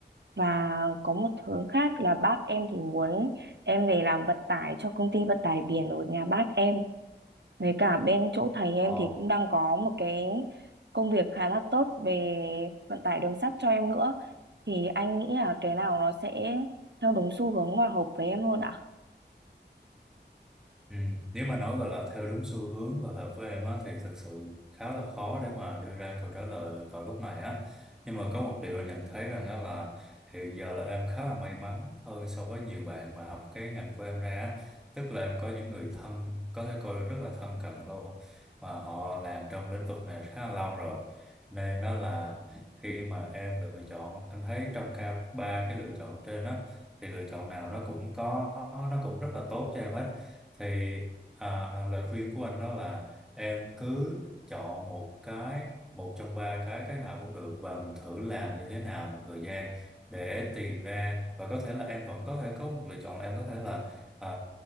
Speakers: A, on the right (about 70°); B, in the centre.
A: Và có một hướng khác là bác em thì muốn em về làm vận tải cho công ty vận tải biển ở nhà bác em. Với cả bên chỗ thầy em
B: Ờ.
A: thì cũng đang có một cái công việc khá là tốt về vận tải đường sắt cho em nữa. Thì anh nghĩ là cái nào nó sẽ theo đúng xu hướng và hợp với em hơn ạ?
B: Ừ. Nếu mà nói gọi là theo đúng xu hướng và hợp với em á thì thật sự khá là khó để mà đưa ra câu trả lời vào lúc này á. Nhưng mà có một điều anh nhận thấy rằng á là hiện giờ là em khá là may mắn hơn so với nhiều bạn mà học cái ngành của em ra á. Tức là em có những người thân có thể coi rất là thân cận luôn mà họ làm trong lĩnh vực này khá là lâu rồi. Nên đó là khi mà em lựa chọn anh thấy trong cả ba cái lựa chọn trên á thì lựa chọn nào nó cũng có nó cũng rất là tốt cho em hết thì à, à, lời khuyên của anh đó là em cứ chọn một cái một trong ba cái cái nào cũng được và mình thử làm như thế nào một thời gian để tìm ra và có thể là em vẫn có thể có một lựa chọn là em có thể là à,